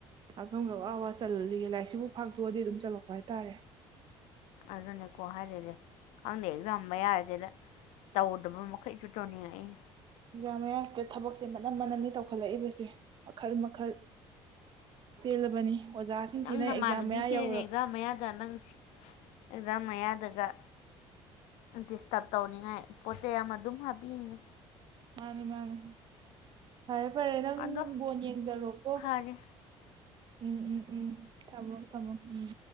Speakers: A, on the right; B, on the left.
A: ꯌꯥꯀꯝꯒ ꯋꯥ ꯋꯥ ꯆꯜꯂꯤꯒꯦ ꯂꯥꯏꯔꯤꯛꯁꯤꯕꯨ ꯐꯥꯛꯇꯣꯛꯑꯗꯤ ꯑꯗꯨꯝ ꯆꯜꯂꯛꯄ ꯍꯥꯏꯇꯥꯔꯦ
B: ꯑꯗꯨꯅꯦꯀꯣ ꯍꯥꯏꯔꯤꯁꯦ ꯈꯪꯗꯦ ꯑꯦꯛꯖꯥꯝ ꯃꯌꯥꯁꯤꯗ ꯇꯧꯗꯕ ꯃꯈꯩꯁꯨ ꯇꯧꯅꯤꯡꯉꯛꯏ
A: ꯑꯦꯛꯖꯥꯝ ꯃꯌꯥꯝꯁꯤꯗ ꯊꯕꯛꯁꯦ ꯃꯅꯝ ꯃꯅꯝꯅꯤ ꯇꯧꯈꯠꯂꯛꯏꯕꯁꯦ ꯃꯈꯜ ꯃꯈꯜ ꯄꯦꯜꯂꯕꯅꯤ ꯑꯣꯖꯥꯁꯤꯡꯁꯤꯅ
B: ꯅꯪ ꯅꯃꯥꯟꯅꯕꯤ
A: ꯑꯦꯛꯖꯥꯝ ꯃꯌꯥ
B: ꯁꯤꯅꯅꯦ
A: ꯌꯧꯔꯛ
B: ꯑꯦꯛꯖꯥꯝ ꯃꯌꯥꯗ ꯅꯪ ꯁꯤ ꯑꯦꯛꯖꯥꯝ ꯃꯌꯥꯗꯒ ꯗꯤꯁꯇꯔꯕ ꯇꯧꯅꯤꯡꯉꯥꯏ ꯄꯣꯠ ꯆꯩ ꯑꯃ ꯑꯗꯨꯝ ꯍꯥꯞꯄꯤꯔꯤꯅꯦ
A: ꯃꯥꯅꯦ ꯃꯥꯅꯦ ꯐꯔꯦ ꯐꯔꯦ ꯅꯪ
B: ꯑꯗꯣ
A: ꯕꯣꯜ ꯌꯦꯡꯖꯔꯣꯀꯣ
B: ꯐꯔꯦ
A: ꯎꯝ ꯎꯝ ꯎꯝ ꯊꯝꯃꯣ ꯊꯝꯃꯣ ꯎꯝ